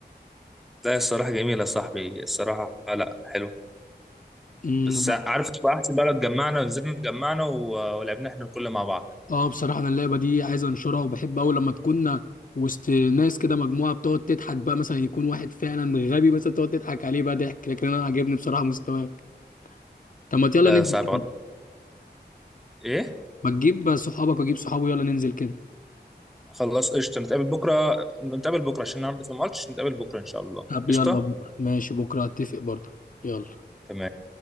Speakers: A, in the centre; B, on the left.
A: لا الصراحه جميله يا صاحبي الصراحه لا حلو
B: امم
A: بس عارف بقى احسن بقى لو اتجمعنا ونزلنا اتجمعنا و- ولعبنا احنا الكل مع بعض
B: آه بصراحة أنا اللعبة دي عايز أنشرها وبحب أوي لما تكون وسط ناس كده مجموعة بتقعد تضحك بقى مثلا يكون واحد فعلا غبي مثلا تقعد تضحك عليه بقى ضحك لكن أنا عاجبني بصراحة مستواك طب ما يلا
A: لا
B: ننزل
A: صعب غلط
B: كده
A: ايه
B: ما تجيب صحابك وأجيب صحابي يلا ننزل كده
A: خلاص قشطه نتقابل بكره نتقابل بكره عشان النهارده في ماتش نتقابل بكره ان شاء الله
B: طب
A: قشطه
B: يلا بكرة ماشي بكرة هتفق برضه يلا
A: تمام